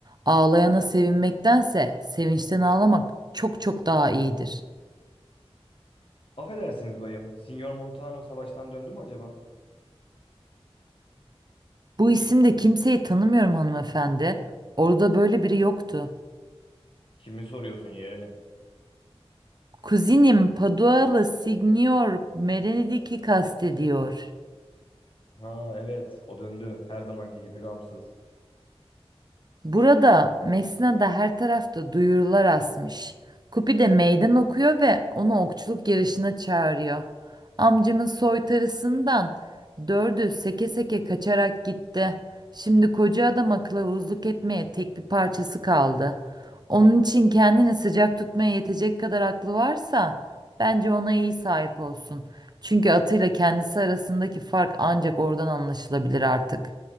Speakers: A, on the right; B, on the left.
A: Ağlayana sevinmektense sevinçten ağlamak çok çok daha iyidir.
B: Affedersiniz bayım. Signor Montano savaştan döndü mü acaba?
A: Bu isimde kimseyi tanımıyorum hanımefendi. Orada böyle biri yoktu.
B: Kimi soruyorsun yeğenim?
A: Kuzinim Padualı Signor Merenidik'i kastediyor.
B: Ha evet, o döndü. Her zamanki gibi gamsız.
A: Burada Mesna'da her tarafta duyurular asmış. Kupi de meydan okuyor ve onu okçuluk yarışına çağırıyor. Amcamın soytarısından dördü seke seke kaçarak gitti. Şimdi koca adama kılavuzluk etmeye tek bir parçası kaldı. Onun için kendini sıcak tutmaya yetecek kadar aklı varsa bence ona iyi sahip olsun. Çünkü atıyla kendisi arasındaki fark ancak oradan anlaşılabilir artık.